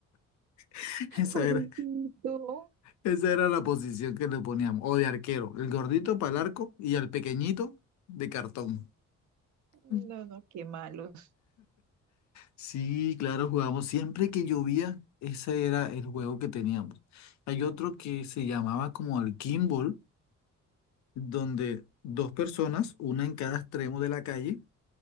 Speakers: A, on the left; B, on the right.
A: <laughs> Esa
B: Pobrecito.
A: era, Esa era la posición que le poníamos. O de arquero, el gordito para el arco y al pequeñito de cartón.
B: No,
A: Mm.
B: no, qué malos.
A: Sí, claro, jugábamos. Siempre que llovía, ese era el juego que teníamos. Hay otro que se llamaba como el Kimball, donde dos personas, una en cada extremo de la calle,